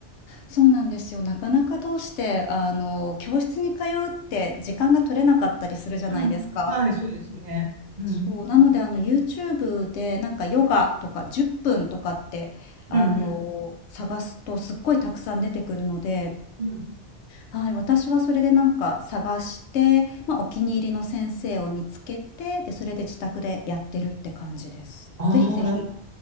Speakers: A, on the left; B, on the right.
A: そうなんですよ。なかなかどうして、あの、教室に通うって時間が取れなかったりするじゃないですか。
B: うん。はい、そうですね。うん。
A: そう、なので、あの、YouTube で、なんかヨガとか10分とかって、あの、
B: うん、うん、
A: 探すとすっごいたくさん出てくるので、
B: うん。
A: はい、私はそれでなんか探して、ま、お気に入りの先生を見つけて、で、それで自宅でやってるって感じです。
B: ああ、
A: ぜひぜひ。